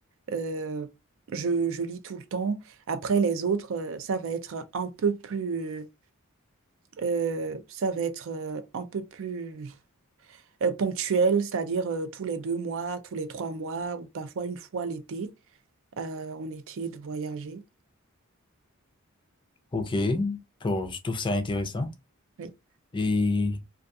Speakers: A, on the right; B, on the left.
A: euh, je, je lis tout le temps. Après, les autres, euh, ça va être un peu plus... euh, ça va être euh, un peu plus euh, ponctuelles, c'est-à-dire euh, tous les deux mois, tous les trois mois, ou parfois une fois l'été, euh, on était de voyager.
B: Ok. Bon, je trouve ça intéressant.
A: Oui.
B: Et